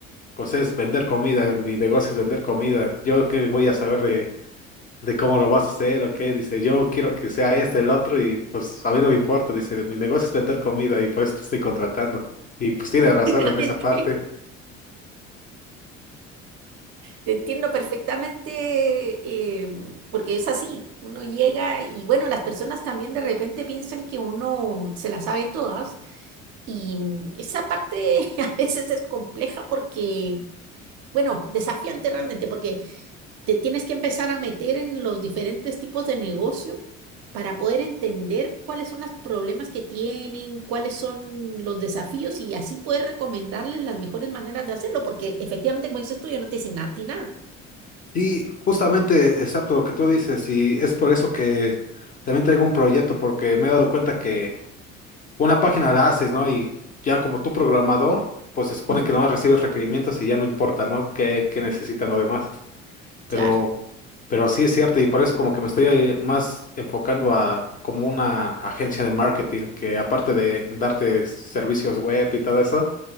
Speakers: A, on the left (about 25°); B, on the right (about 40°).
A: pues es vender comida, mi negocio es vender comida. Yo qué voy a saber de cómo lo vas a hacer o qué. Dice, yo quiero que sea esto, el otro, y pues a mí no me importa. Dice, mi negocio es vender comida y pues te estoy contratando. Y pues tiene razón
B: <laughs> Seguramente.
A: en esa parte.
B: Te entiendo perfectamente, eh, porque es así, uno llega y bueno, las personas también de repente piensan que uno se las sabe todas y mm, esa parte <laughs> a veces es compleja porque, bueno, desafiante realmente, porque te tienes que empezar a meter en los diferentes tipos de negocio para poder entender cuáles son los problemas que tienen, cuáles son los desafíos y así poder recomendarles las mejores maneras de hacerlo, porque efectivamente, como dices tú, yo no te dicen nada, a ti nada.
A: Y justamente, exacto lo que tú dices, y es por eso que también traigo un proyecto, porque me he dado cuenta que una página la haces, ¿no? Y ya como tú programador, pues se supone
B: <laughs>
A: que no recibes requerimientos y ya no importa, ¿no? ¿Qué, qué necesitan los demás? pero,
B: Claro,
A: pero sí es cierto y por eso como que me estoy eh, más enfocando a como una agencia de marketing que aparte de darte servicios web y todo eso,